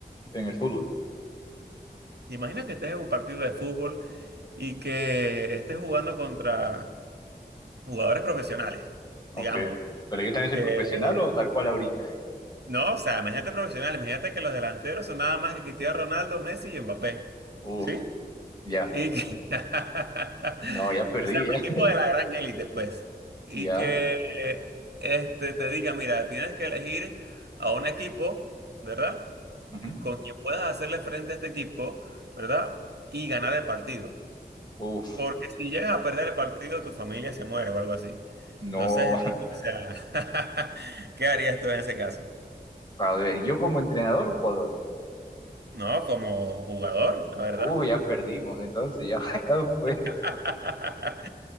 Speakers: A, on the left; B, on the right.
A: en el fútbol?
B: imagina que estés en un partido de fútbol y que estés jugando contra jugadores profesionales,
A: Ok,
B: digamos,
A: pero yo también soy
B: que,
A: profesional o tal cual ahorita.
B: no, o sea, imagínate profesional, imagínate que los delanteros son nada más que Cristiano Ronaldo, Messi y Mbappé,
A: Uf,
B: ¿sí?
A: ya,
B: Y que, <laughs>
A: no, ya perdí,
B: o sea, un
A: ya,
B: equipo
A: <laughs>
B: de la gran élite, pues, y
A: ya.
B: que este, te diga, mira, tienes que elegir a un equipo, ¿verdad?
A: ujú.
B: con quien puedas hacerle frente a este equipo, ¿verdad? Y ganar el partido.
A: Uf,
B: Porque si llegas a perder el partido, tu familia se muere o algo así.
A: no,
B: Entonces, <laughs> digo,
A: <laughs>
B: o sea, <laughs> ¿qué harías tú en ese caso?
A: a ver, yo como entrenador o jugador.
B: No, como jugador, la verdad.
A: Uf, ya perdimos, entonces ya, <laughs> ya fue.
B: <laughs>